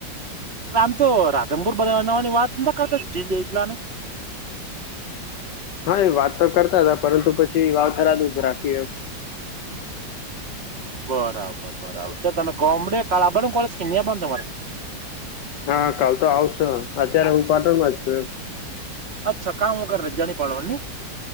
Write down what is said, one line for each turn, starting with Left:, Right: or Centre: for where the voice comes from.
Right: આમ તો રાધનપુર બધવા જવાની વાત ના કરતા જી જલા ને
Left: હા એ વાત તો કરતા હતા પરંતુ પછી વાવ થરાદ જ રાખ્યું એમ
Right: બરાબર બરાબર તો તમે ગોમડે <unintelligible> તમારે
Left: હા કાલ તો આવશ અત્યારે હું પાટણ માં જ છું.
Right: અચ્છા કામ વગર રજાની પાડવાની